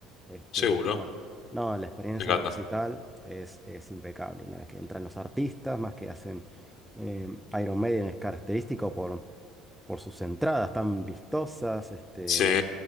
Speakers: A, in the centre; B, on the left.
A: Este,
B: seguro,
A: pero bueno, no, la experiencia
B: me encanta.
A: de recital es, es impecable. Una vez que entran los artistas, más que hacen eh, Iron Maiden es característico por, por sus entradas tan vistosas, este,
B: Sí.